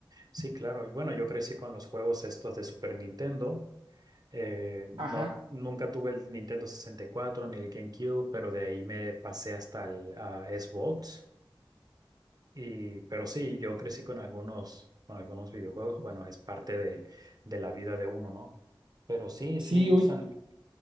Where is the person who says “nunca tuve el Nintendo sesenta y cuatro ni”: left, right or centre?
Right